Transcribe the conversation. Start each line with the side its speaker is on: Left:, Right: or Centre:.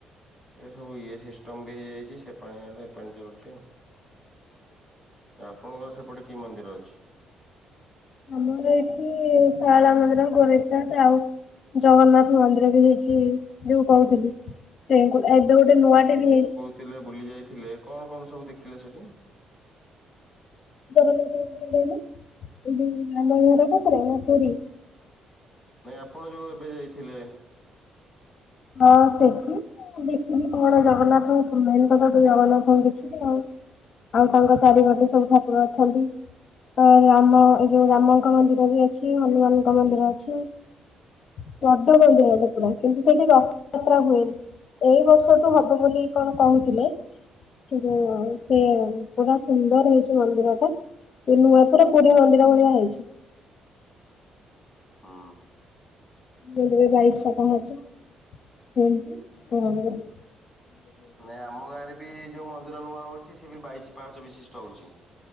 Centre: ଏ ସବୁ ଇଏ ସିଷ୍ଟମ ବି ହେଇଯାଇଛି ସେ ପାଣି ଆ ଏ ପାଣି ଚାଲୁଛି ଆଉ। ଆପଣଙ୍କର ସେପଟେ କି ମନ୍ଦିର ଅଛି।
Left: ଆମର ଏଇଠି ଶଳ ମନ୍ଦିର ଗୋରକ୍ଷ ନାଥ ଆଉ। ଜଗନ୍ନାଥ ମନ୍ଦିର ବି ହେଇଛି ଯୋଉ କହୁଥିଲି ସେ ଏବେ ଗୋଟେ ନୂଆଟେ ବି ହେଇ
Centre: ଥିଲେ ବୁଲି ଯାଇଥିଲେ କଣ କଣ ସବୁ ଦେଖିଲେ ସେଠି?
Left: ଜଗନ୍ନାଥ ମନ୍ଦିର କହିଲି ଏଯୁ ଆମ ଘର ପାଖରେ ନା ପୁରୀ
Centre: ନା ଆପଣ ଯୋଉ ଏବେ ଯାଇଥିଲେ।
Left: ହଁ ସେଠି ତୁ ଦେଖିବି କଣ ଜଗନ୍ନାଥଙ୍କୁ ମେନ୍ କଥା ତ ଜଗନ୍ନାଥଙ୍କୁ ଦେଖିବି ଆଉ ଆଉ ତାଙ୍କ ଚାରି ପାଖେ ସବୁ ଠାକୁର ଅଛନ୍ତି। ତ ରାମ ଏ ଯୋଉ ରାମଙ୍କ ମନ୍ଦିର ବି ଅଛି, ହନୁମାନଙ୍କ ମନ୍ଦିର ଅଛି। <inaudible> ମନ୍ଦିର ଟେ ପୁରା କିନ୍ତୁ। ସେଇଠି ରଥଯାତ୍ରା ହୁଏନି ଏଇ ବର୍ଷ ଠୁ ହବ ବୋଲି କଣ କହୁଥିଲେ। କିନ୍ତୁ ସେ ପୁରା ସୁନ୍ଦର ହେଇଛି ମନ୍ଦିର ଟା <unintelligible> ପୁରୀ ମନ୍ଦିର ଭଳିଆ ହେଇଛି।
Centre: ହୁଁ।
Left: ମୁଣ୍ଡରେ ବାଇସଟା ପାହାଚ। ସେମିତି ହଁ।
Centre: ନାଇଁ ଆମ ଗାଁ ରେ ବି ଯୋଉ ମନ୍ଦିର ନୂଆ ହଉଛି ସେ ବି ବାଇଶି ପାହଚ ବିଶିଷ୍ଟ ହଉଛି।